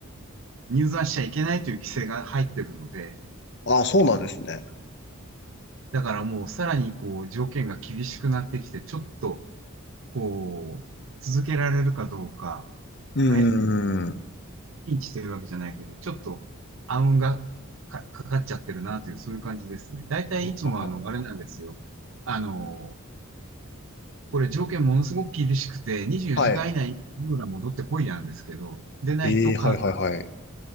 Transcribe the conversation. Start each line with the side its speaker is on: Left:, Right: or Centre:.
Right: 入山しちゃいけないという規制が入ってるので、
Left: ああ、そうなんですね。
Right: だからもうさらにこう、条件が厳しくなってきて、ちょっと、こう、続けられるかどうか、
Left: うー
Right: あや、
Left: ん。
Right: ピンチというわけじゃないけど、ちょっと暗雲がか、かかっちゃってるなという、そういう感じですね。大体いつもあの、
Left: はは
Right: あれなんですよ。あの、これ条件ものすごく厳しくて、24時間以内にルーラ戻ってこいなんですけど、
Left: はい。
Right: でないと関
Left: ええ、はい、はい、はい。